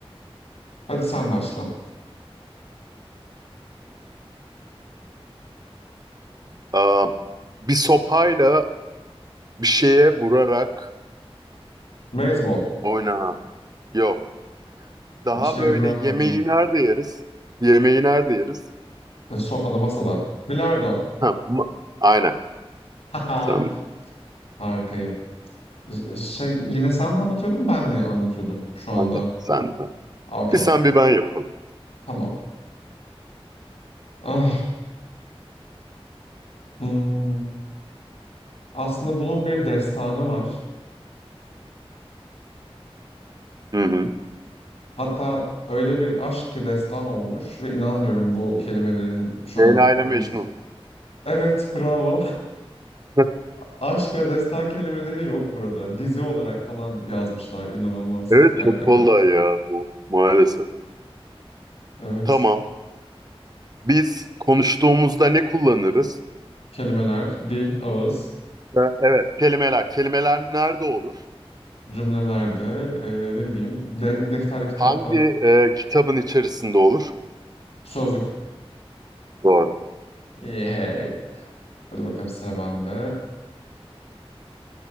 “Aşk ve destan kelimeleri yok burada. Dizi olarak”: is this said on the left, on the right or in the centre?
Left